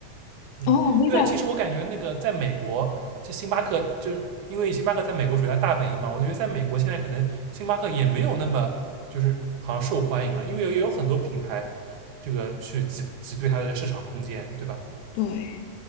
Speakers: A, on the right; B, on the left.
A: 嗯，
B: 哦 v
A: 对，
B: i
A: 其实我感觉那个在美国，这星巴克就因为星巴克在美国属于它大本营嘛，我就觉得在美国现在可能星巴克也没有那么就是好像受欢迎了，因为有也有很多品牌这个去挤挤兑它的市场空间，对吧？
B: 对，